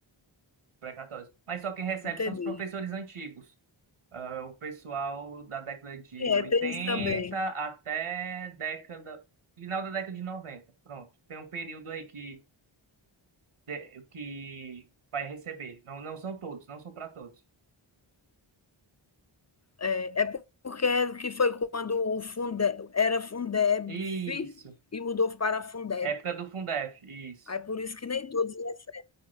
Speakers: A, on the right; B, on the left.
A: precatórios. Mas só quem recebe
B: Entendi.
A: são os professores antigos. Ah, o pessoal da década de
B: É,
A: 80
B: tem isso também.
A: até década, final da década de noventa Pronto. Tem um período aí que, de- que vai receber. Não, não são todos, não são para todos.
B: É, é porque é que foi quando o Fundeb era Fundeb
A: Isso.
B: e mudou para Fundeb.
A: Época do Fundef. Isso.
B: Aí por isso que nem todos recebem.